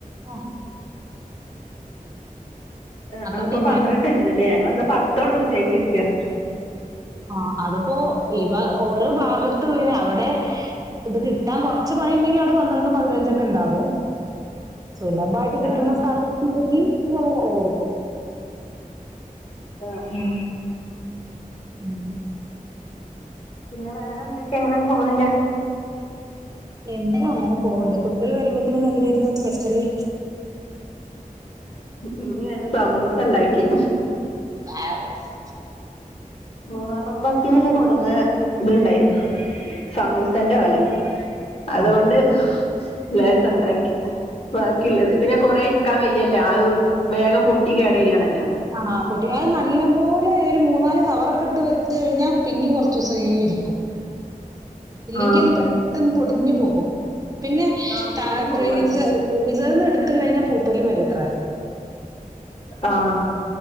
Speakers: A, on the right; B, on the left.
A: ആഹ്.
B: ആഹ്
A: അത്ര
B: അപ്പൊ
A: ഡിമാൻഡ്
B: പന്ത്രണ്ടല്ലല്ലേ, എന്നാ ഞങ്ങള് പത്തൊള്ളൂ വിചാരിച്ചിരിക്കാ.
A: ആഹ് അതിപ്പോ ഈ ഭാ ഓരോ ഭാഗത്തുള്ളേന് അവിടെ. ഇത് കിട്ടാൻ കുറച്ച് പണി ഉണ്ടെങ്കിൽ അവിടെ പന്ത്രണ്ടും പതിനഞ്ച് ഒക്കെ ഉണ്ടാവും സുലഭമായി. ഇത് കിട്ടുന്ന
B: ആഹ്
A: സ്ഥലം ഉണ്ടെങ്കിൽ വില കുറവായിരിക്കും.
B: ആഹ് ആഹ്
A: ഉം
B: പിന്നെ വേറെ എന്തൊക്കെ എങ്ങനെ പോണ് ഇല്ലേ.
A: എന്താ അങ്ങനെ പോവുണ്ട് കുട്ടികൾ വരുമ്പോത്തേനും എന്തായിരുന്നു സ്പെഷ്യല്.
B: ഇന്ന് ഞാൻ സമൂസ ഉണ്ടാക്കി.
A: <inaudible>
B: മുഹറാപ്പത്തേന് കൊണ്ടുന്ന് ഇതുണ്ടായിരുന്നു സമൂസന്റെ ഓല. അതുകൊണ്ട്
A: ആഹ്
B: ലേസം ഉണ്ടാക്കി. ബാക്കിയുള്ളത് പിന്നെ കൊറെ നിക്കാൻ വയ്യല്ലോ അത് വേഗം പൊട്ടി കേട് വരാണല്ലോ.
A: ആഹ് പൊട്ടിക്കാൻ നല്ലപോലെ ഒരു മൂന്ന് നാല് കവറൊക്കെ ഇട്ട് വെച്ച് കഴിഞ്ഞാൽ പിന്നെയും കുറച്ച് ദിവസം എങ്കിലും ഇരിക്കും. ഇല്ലെങ്കിൽ
B: ആഹ്
A: അത് പെട്ടെന്ന് പൊടിഞ്ഞു പോകും, പിന്നെ. <unintelligible>
B: ആഹ് പൊടിഞ്ഞു പോവാണ്
A: ഫീസർന്ന് എടുത്ത് കഴിഞ്ഞാൽ പൂപ്പലും വരും അത്ര.
B: ആഹ്